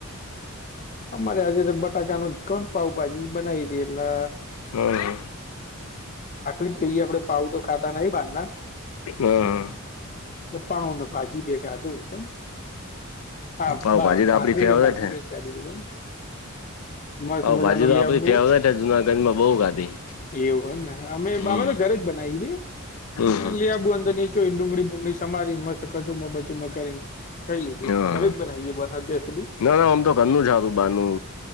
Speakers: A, on the left; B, on the left.
A: અમારે આજે બટાકા નું જ કોન પાઉભાજી બનાવી દે એટલે
B: હા
A: <unintelligible> જ કહીએ આપડે પાાવ તો ખાતા નઈ બારના
B: હા
A: પાવ ને ભાજી બે ખાધું પણ હા
B: પાવ ભાજી તો
A: ભાખરી
B: આપડી ફેવરેટ
A: ને <unintelligible> મસ્ત મજાનું
B: ભાજી તો આપડી
A: લેબુ
B: ફેવરેટ છે જુનાગઢમાં બઉ ખાધી
A: એવું એમ
B: હમ
A: અમે તો ઘરે જ બનાવી દે
B: હમ
A: એને
B: હમ
A: લ આબું અંદર નીંચ ડુંગળી ડુંગળી સમારી કચુમાં બચુમાં કરીને ખાઈ લીધી
B: હા
A: ઘરે જ બનાવી <unintelligible>
B: ના ના આમ તો ઘરનુ જ હારું બારનું